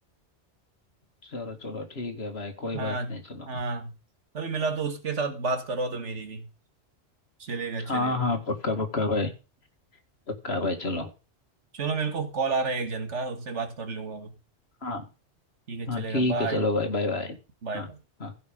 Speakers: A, on the left (about 60°); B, on the right (about 80°).
A: चलो चलो ठीक है भाई कोई
B: हाँ
A: बात नहीं चलो
B: हाँ कभी मिला तो उसके साथ बात करवा दो मेरी भी चलेगा चलेगा
A: हाँ हाँ पक्का पक्का भाई पक्का भाई चलो
B: चलो मेरे को कॉल आ रहा है एक जन का उससे बात कर लूंगा मैं
A: हाँ
B: ठीक है
A: हाँ
B: चलेगा
A: ठीक
B: बाय
A: है चलो भाई बाय बाय
B: बाय
A: हाँ हाँ